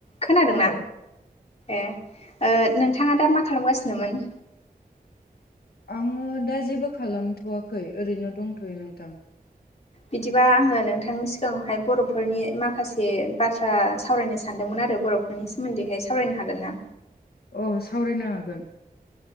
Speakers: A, on the left (about 40°); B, on the left (about 80°).
A: खोनादोंना
B: औ
A: ए नोंथांङा दा मा खालामगासिनोमोन
B: आंङो दा जेबो खालामथ'वाखै ओरैनो दंथ'यो नोंथां
A: बिदिबा आंङो नोंथांनि सिगांङावहाय बर'फोरनि माखासे बाथ्रा सावरायनो सानदोंमोन आरो बर'फोरनि सोमोन्दैहाय सावरायनो हागोन ना
B: अ सावरायनो हागोन